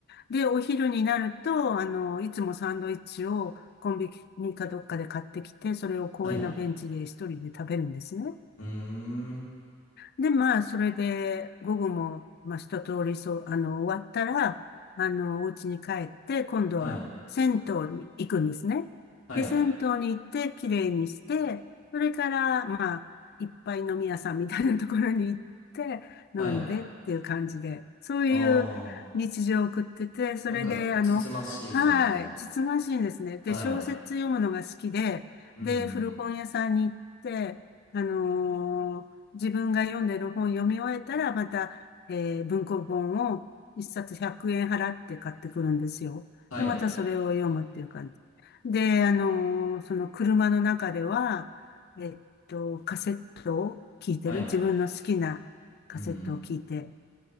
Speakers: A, on the left; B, on the left.
A: で、お昼になると、あの、いつもサンドイッチをコンビニかどっかで買ってきて、それを公園のベンチで一人で食べるんですね。
B: はい。うーん。
A: で、まあ、それで、午後も、まあ、一通り、そう、あの、終わったら、あの、お家に帰って、今度は銭湯に行くんですね。
B: はい。はい。
A: で、銭湯に行って、綺麗にして、それから、まあ、いっぱい飲み屋さんみたいなところに行って、
B: はい。
A: 飲んでっていう感じで、そういう日常を送ってて、
B: あ
A: それで、
B: あ、なんか、
A: あの、
B: つつましい感じの。
A: はい、つつましいんですね。で、
B: はい。
A: 小説読むのが好きで、
B: うんうん。
A: で、古本屋さんに行って、あのー自分が読んでる本読み終えたら、また、えー文庫本を一冊100円払って買ってくるんですよ。
B: はい。
A: で、またそれを読むっていう感じ。で、あのーその車の中では、えっと、カセットを聞いてる。
B: はい。
A: 自分の好きなカセットを聞いて
B: うんうん。